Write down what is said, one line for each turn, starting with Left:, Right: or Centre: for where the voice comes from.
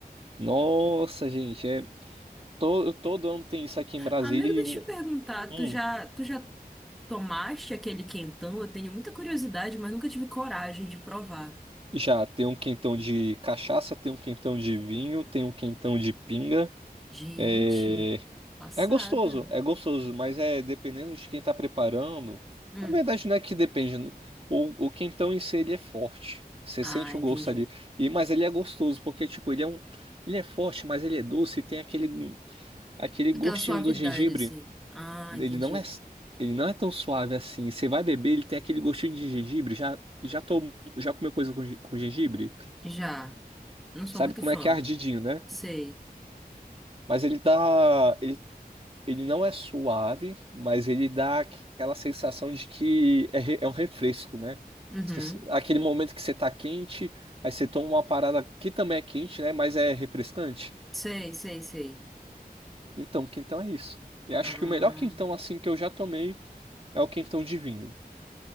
Right: Nossa, gente, é... todo, todo ano tem isso aqui em Brasília
Centre: Amigo,
Right: e
Centre: deixa eu te perguntar,
Right: hum,
Centre: tu já, tu já tomaste aquele quentão? Eu tenho muita curiosidade, mas nunca tive coragem de provar.
Right: já tem um quentão de cachaça, tem um quentão de vinho, tem um quentão de pinga.
Centre: Gente,
Right: é,
Centre: passada.
Right: É gostoso, é gostoso, mas é dependendo de quem tá preparando.
Centre: Hum.
Right: Na verdade, não é que depende. né? O, o quentão em si, ele é forte. Você
Centre: Ah,
Right: sente
Centre: entendi.
Right: o gosto ali. E, mas ele é gostoso, porque, tipo, ele é um. Ele é forte, mas ele é doce e tem aquele, aquele gostinho
Centre: Aquela suavidade,
Right: do gengibre.
Centre: assim. Ah,
Right: Ele
Centre: entendi.
Right: não é, ele não é tão suave assim. Você vai beber, ele tem aquele gostinho de gengibre. Já, já, tô, já comeu coisa com, gen- com gengibre?
Centre: Já. Não sou
Right: Sabe
Centre: muito
Right: como
Centre: fã.
Right: é que é ardidinho, né?
Centre: Sei.
Right: Mas ele tá ele Ele não é suave, mas ele dá aquela sensação de que é, re- é um refresco, né?
Centre: Uhum.
Right: Você- Aquele momento que você tá quente, aí você toma uma parada que também é quente, né? Mas é refrescante.
Centre: Sei, sei, sei.
Right: Então, quentão é isso. E acho
Centre: Ah.
Right: que o melhor quentão assim que eu já tomei é o quentão de vinho.